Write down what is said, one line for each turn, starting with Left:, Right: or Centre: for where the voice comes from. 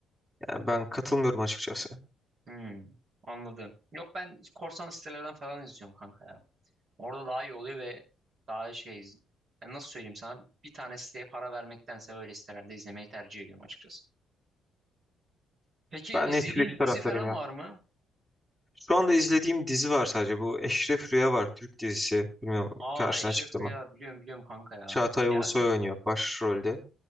Centre: Yani ben katılmıyorum açıkçası.
Right: Hmm, anladım. Yok ben korsan sitelerden falan izliyorum kanka ya. Orada daha iyi oluyor ve daha şey yani nasıl söyleyeyim sana bir tane siteye para vermektense öyle sitelerde izlemeyi tercih ediyorum açıkçası. Peki
Centre: Ben
Right: izlediğin
Centre: Netflix taraftarıyım
Right: dizi falan
Centre: ya.
Right: var mı?
Centre: Şu anda izlediğim dizi var sadece. Bu Eşref Rüya var. Türk dizisi. Bilmiyorum
Right: Aa
Centre: karşına
Right: Eşref
Centre: çıktı
Right: Rüya
Centre: mı?
Right: biliyorum biliyorum kanka ya.
Centre: Çağatay
Right: Ya
Centre: Ulusoy
Right: çok
Centre: oynuyor başrolde.